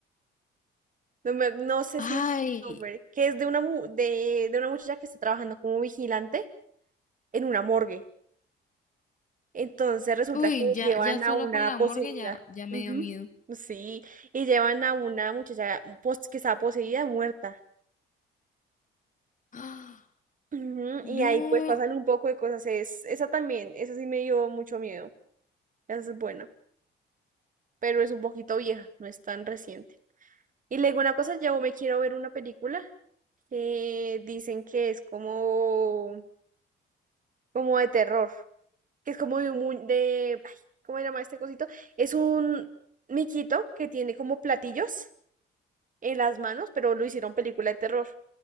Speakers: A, on the right; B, on the left.
A: No, me- no sé
B: Ay,
A: si es el nombre, que es de una, mu- de, de una muchacha que está trabajando como vigilante en una morgue. Entonces resulta
B: uy,
A: que
B: ya,
A: llevan
B: ya solo
A: a una
B: con la
A: poseída.
B: morgue ya, ya me
A: Ujú,
B: dio miedo.
A: Sí, y llevan a una muchacha pos- que estaba poseída, muerta.
B: ¡Ah!
A: Ujú,
B: No,
A: y ahí pues pasan un poco de cosas. Es, esa también, esa sí me dio mucho miedo. Esa es buena, pero es un poquito vieja, no es tan reciente. Y luego una cosa, yo me quiero ver una película que dicen que es como, como de terror, que es como de, mu- de- ay, ¿cómo se llama este cosito? Es un miquito que tiene como platillos en las manos, pero lo hicieron película de terror.